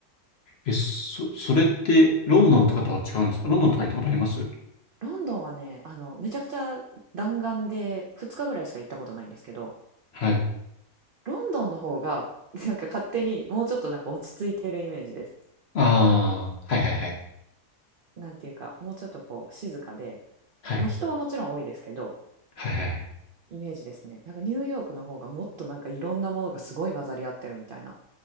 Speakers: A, on the left; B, on the right.
A: え、そ、それって、ロンドンとかとは違うんですかロンドンとか行ったことあります
B: はいロンドンはね、あの、めちゃくちゃ弾丸で2日ぐらいしか行ったことないんですけど、
A: はい。
B: ロンドンの方がなんか勝手にもうちょっとなんか落ち着いてるイメージです。
A: ああ、はいはいはい。
B: なんていうか、もうちょっとこう静かで、
A: はい。
B: まあ、人はもちろん多いですけど、
A: はいはいはい。
B: イメージですね。なんかニューヨークの方がもっとなんかいろんなものがすごい混ざり合ってるみたいな